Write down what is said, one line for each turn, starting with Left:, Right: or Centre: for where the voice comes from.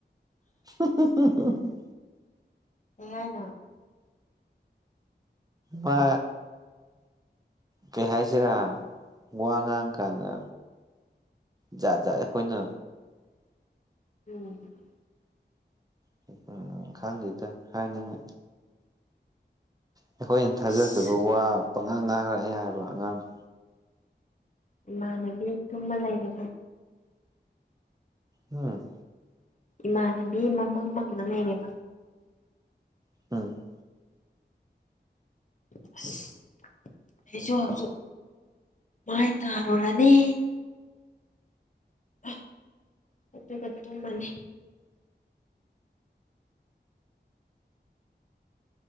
Right: <unintelligible>
Left: <unintelligible> ꯅꯣ
Right: ꯃꯥ ꯀꯩ ꯍꯥꯏꯁꯤꯔꯥ ꯋꯥ ꯉꯥꯡꯀꯥꯟꯗ ꯖꯥꯠ ꯖꯥꯠ ꯑꯩꯈꯣꯏꯅ
Left: <unintelligible>
Right: <unintelligible> ꯈꯪꯗꯦꯗ ꯍꯥꯏꯅꯤꯡꯉꯤ ꯑꯩꯈꯣꯏꯅ ꯊꯥꯖꯗꯕ
Left: ꯑꯁ
Right: ꯋꯥ ꯄꯪꯉꯥꯡ ꯉꯥꯡꯔꯛꯑꯦ ꯍꯥꯏꯕ ꯑꯉꯥꯡꯗꯨ
Left: ꯏꯃꯥꯟꯅꯕꯤꯃ ꯇꯨꯝꯃ ꯂꯩꯕꯅꯦ
Right: ꯍꯨꯝ
Left: ꯏꯃꯥꯟꯅꯕꯤ ꯃꯃꯪ ꯃꯪꯉ ꯂꯩꯔꯦꯕ
Right: <unintelligible>
Left: <unintelligible> ꯑꯩꯁꯨ ꯍꯧꯖꯤꯛ ꯃꯥꯥꯏ ꯇꯥꯔꯨꯔꯅꯤ <unintelligible> ꯑꯗꯨꯒ ꯇꯨꯝꯃꯅꯤ